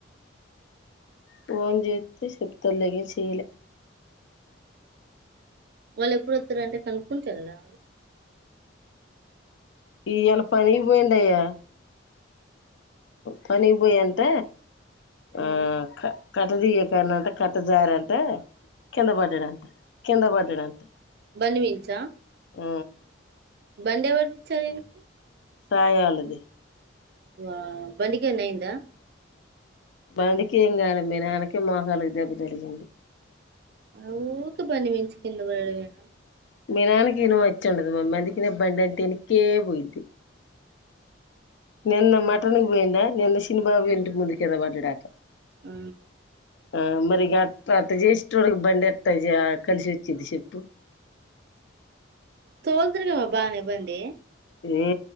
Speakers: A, on the left; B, on the right.
A: పోన్ చేస్తే చెప్పత్తారు లే గాని చేయలే
B: వాళ్ళు ఎప్పుడు వస్తారు అంటే కనుక్కుంట వెెళ్ళరా
A: ఈ యలా పనికి పోయిందయా పని పోయి ఎంత
B: ఆవిడ
A: ఆ కట్టదిగే కడాన అంట కట్ట జారంట కింద పడ్డదంట కింద పడ్డాడు అంట
B: బండి మీదనుంచా
A: ఆ
B: బండి ఎవరు ఇచ్చారూ ఈనకి
A: సాయి వాళ్ళది
B: వా బండి కైమైన అయ్యిందా
A: బండికి ఏం కాల మీ నాన్నకే మోకాలుకి దెబ్బ తగిలింది
B: ఊ కే బండి మీద నుంచి కింద పడడమేనా
A: మీ నాన్నకి ఇను వచ్చండదు మమ్మ అందుకని బండి అంట ఇనకే పోయిద్ది నిన్న మటన్ కు పోయిండా నిన్న చిన్నిబాబు ఇంటి ముందు క్రింద పడడట
B: అ
A: ఆ మరిగా అట్ అటా చేసేటోడికి బండి ఎటా యిఆ కలిసి వచ్చింది చెప్పు
B: తోల్ తారు గమా బానే బండి
A: ఏ